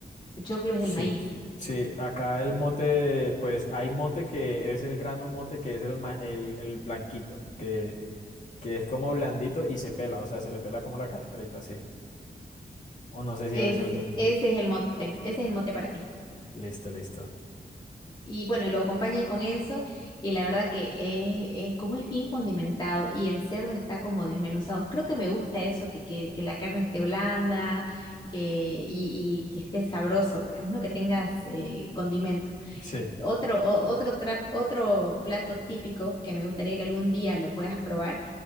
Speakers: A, on the left; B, on the left.
A: El choclo es
B: sí.
A: el maíz.
B: Sí, acá el mote, pues hay mote que es el grano mote, que es el, ma- el, el blanquito, que que es como blandito y se pela, o sea, se le pela como la cascarita así. O no sé si
A: Ese,
B: es el mismo.
A: ese es el mote, ese es el mote para mí.
B: Listo, listo.
A: Y bueno, y lo acompañan con eso, y la verdad que es, es- como es bien condimentado y el cerdo está como desmenuzado. Creo que me gusta eso, que, que, que la carne esté blanda, que, y, y que esté sabroso, digamos, ¿no? Que tengas eh, condimento.
B: Sí.
A: Otro, o- otro, tra- otro plato típico que me gustaría que algún día lo puedas probar,